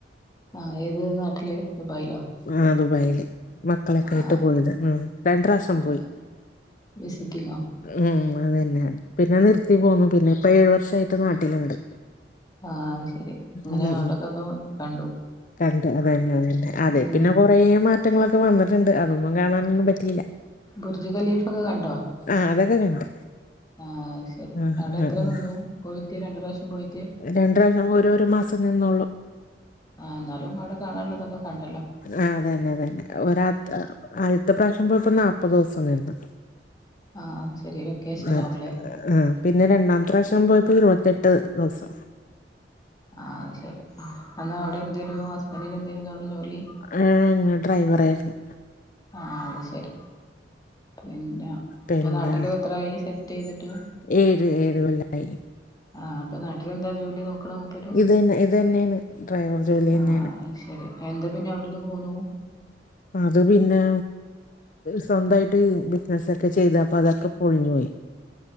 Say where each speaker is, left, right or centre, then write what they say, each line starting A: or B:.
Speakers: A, on the left; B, on the left.
A: ആ ഏത് നാട്ടില് ദുബായിലോ
B: ആഹ ദുബൈല് മ മക്കളൊക്കെയിട്ട്
A: ആഹ്
B: പോയത് ഉം രണ്ട പ്രാവശ്യം
A: ആഹ്
B: പോയി.
A: വിസിറ്റിങ്ങോ
B: ഉം അത്തന്നെയ പിന്നെ നിർ ത്തി പോന്നു പിന്നെ ഇപ്പ ഏഴു വർഷമായിട്ട് നാട്ടിലുണ്ട്.
A: ആഹ് ശരി അങ്ങനെ
B: ഉ
A: അവിടൊക്കെ
B: ഉ
A: ഒന്ന് കണ്ടു
B: കണ്ട് അത തന്നെ അത തന്നെ അതെ
A: ഉം
B: പിന്നെ കൊറ മാറ്റങ്ങളൊക്കെ വന്നിട്ടുണ്ട്. അതൊന്നും കാണാനൊന്നും പറ്റിയില്ല
A: ബുർജ് കലീഫ്ക്കെ കണ്ടോ
B: ആഹ അതൊക്കെ കണ്ട്
A: ആ ശരി
B: ആഹ്
A: അവിടെ
B: ആഹ്
A: എത്ര
B: ആഹ്
A: നിന്നു പോയിട്ട് രണ്ട പ്രാവശ്യം പോയിട്ട്
B: രണ്ട് പ്രാവശ്യം ഓരോ മാസം നിന്നള്ളൂ
A: ആ എന്നാലും അവിടെ കാണാനുള്ളതൊക്കെ കണ്ടല്ലോ.
B: ആ അത തന്നെ അത തന്നെ ഒരാ അഴത്ത പ്രാവശ്യം പോ ഇപ്പൊ നാല്പ്പത് ദിവസം നിന്നു
A: ആ അത് ശരി വെക്കേഷൻ
B: ആഹ്
A: ആവൂല്ലേ
B: ആഹ് പിന്നെ രണ്ടാമ പ്രാവശ്യം പോയപ്പോ ഇരുപത്തെട്ട് ദിവസം
A: ആഹ് അത് ശരി എന്നാൽ അവിടെ എന്തരുന്നു ഹസ്ബൻഡന് എന്തേനുയിരുന്നു അവിടെ ജോലി
B: ഏഹ് അങ്ങനെ ഡ്രൈവർ ആയിരുന്നു.
A: ആഹ് അത് ശരി പിന്നെ
B: പിന്നെ
A: ഇപ്പ നാട്ടില് എത്രായി സെറ്റ് ചെയ്തിട്ട്.
B: ഏഴ് ഏഴ കോല്ലായി
A: ആഹ് അപ്പൊ നാട്ടിലെന്താ ജോലി നോക്കണ മൂപ്പര്
B: ഇത് തന്നെ ഇത് തന്നെയാണ് ഡ്രൈവർ ജോലി
A: ആഹ്
B: തന്നെയാണ്.
A: അത് ശരി എന്താ പിന്നെ അവിടുന്ന് പോന്നു
B: അത് പിന്നെ സ്വന്തമായിട്ട് ബിസിനസ ഒക്കെ ചെയ്തപ്പ അതൊക്കെ പൊളിഞ്ഞു പോയി.